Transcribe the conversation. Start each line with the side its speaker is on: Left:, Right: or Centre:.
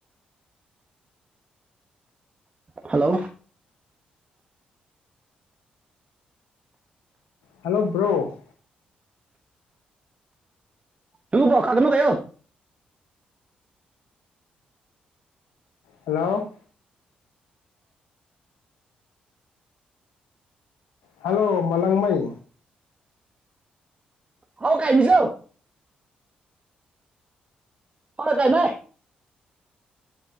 Right: ꯍꯜꯂꯣ
Left: ꯍꯜꯂꯣ ꯕ꯭ꯔꯣ
Right: ꯇꯨ ꯐꯣꯈꯥꯒꯅ ꯀꯣ
Left: ꯍꯦꯜꯂꯣ ꯍꯜꯂꯣ ꯃꯂꯪꯃꯩ
Right: ꯍꯥꯎ ꯀꯥꯏꯃꯤꯁ ꯍꯔ ꯀꯥꯏꯅ